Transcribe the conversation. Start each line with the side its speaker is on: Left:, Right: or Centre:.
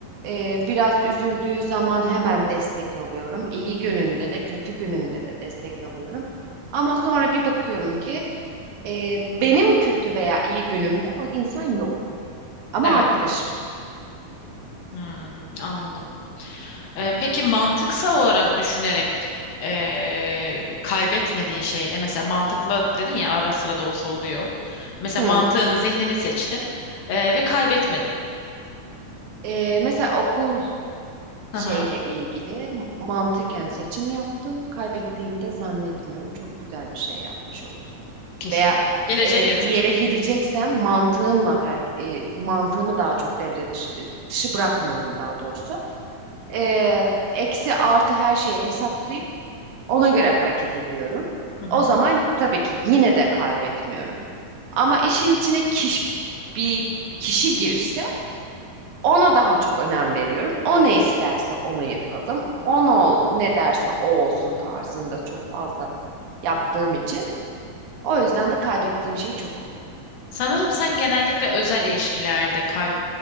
Right: E, biraz üzüldüğü zaman hemen destek alıyorum. İyi gününde de kötü gününde de destek alıyorum. Ama sonra bir bakıyorum ki e, benim kötü veya iyi günümde o insan yok. Ama
Left: Evet.
Right: arkadaşım.
Left: Hmm, anladım. Ee, peki mantıksal olarak düşünerek ee, kaybetmediğin şey ne? Mesela mantıkla dedin ya ara sıra da olsa oluyor. Mesela
Right: Hı.
Left: mantığını, zihnini seçtin ee, ve kaybetmedin.
Right: E, mesela okul
Left: Hı
Right: şeyle
Left: hı,
Right: ilgili mantıken seçim yaptım. Kaybettiğimi de zannetmiyorum. Çok güzel bir şey yapmış oldum.
Left: kesinlikle.
Right: veya
Left: Geleceğe
Right: e,
Left: yatırım.
Right: bir yere gideceksem mantığımla her, e, mantığımı daha çok devre dışı, dışı bırakmıyorum daha doğrusu. E, eksi artı her şeyi hesaplayıp ona göre hareket ediyorum.
Left: Hı hı.
Right: O zaman tabii ki yine de kaybetmiyorum. Ama işin içine kişi, bir kişi girse ona daha çok önem veriyorum. O ne isterse onu yapalım. O ne, ol- ne derse o olsun tarzında çok fazla yaptığım için. O yüzden de kaybettiğim şey çok oluyor.
Left: Sanırım sen genellikle özel ilişkilerde kalp